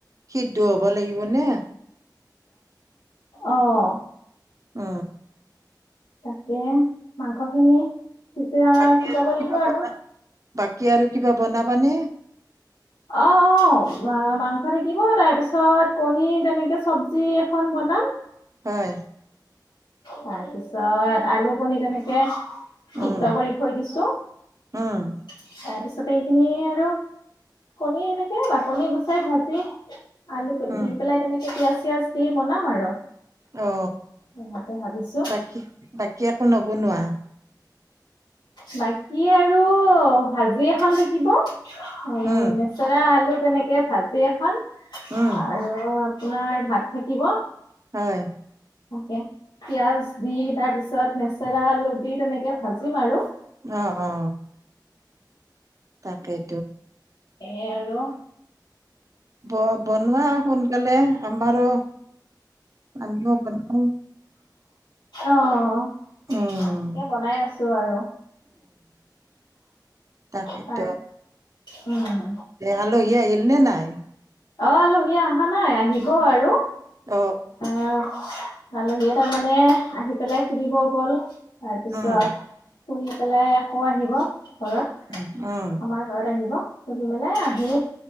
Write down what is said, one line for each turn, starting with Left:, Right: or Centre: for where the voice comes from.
Right: সিদ্ধ হব লাগিব নে
Left: অ অ
Right: উ
Left: তাকে মাংস খিনি তেতিয়া
Right: বাকী
Left: সিজাব
Right: আৰু
Left: লাগিব
Right: কিবা
Left: আৰু।
Right: বনা বাকী আৰু কিবা বনাবানে
Left: অ অ মাংস থাকিব তাৰ পিছত কণী তেনেকে চবজি এখন ব বনাম
Right: হয়
Left: তাৰপিছত আলু কণীৰ তেনেকে সিদ্ধ
Right: উম
Left: কৰি থৈ দিছো
Right: উম
Left: তাৰপিছতে এইখিনি আৰু কণী এনেকে বাকলি গুচাই ভাজি আলু দি
Right: উম
Left: পেলাই তেনেকে পিয়াজ পিঁয়াজ দি বনাম আৰু
Right: অ
Left: তেনেকে ভাবিছো
Right: বাকী বাকী একো নবনোৱা
Left: বাকী আৰু ভাজি এখন থাকিব এই
Right: উম
Left: লেচৰা আলু তেনেকে ভাজি এখন
Right: উম
Left: আৰু আপোনাৰ ভাত থাকিব
Right: হয়
Left: তে পিয়াজ দি তাৰ পিছত লেচেৰা আলু দি তেনেকে ভাজিম আৰু
Right: অ অ তাকেই
Left: এ আৰু
Right: ব বনোৱা সোনকালে আমাৰো <unintelligible>
Left: অ
Right: উম
Left: তাকে বনাই আছো আৰু
Right: তাকে
Left: তাৰ
Right: টো
Left: উম
Right: এ আলহী আহিল নে নাই
Left: অ আলহী অহা নাই আহিব আৰু
Right: অ
Left: এ আলহীয়ে তাৰমানে আহি পেলাই ফুৰিব গল তাৰপিছত
Right: উম
Left: ফুৰি পেলাই আকৌ আহিব ঘৰত
Right: উম উম
Left: আমাৰ ঘৰত আহিব ফুৰি মেলাই আহি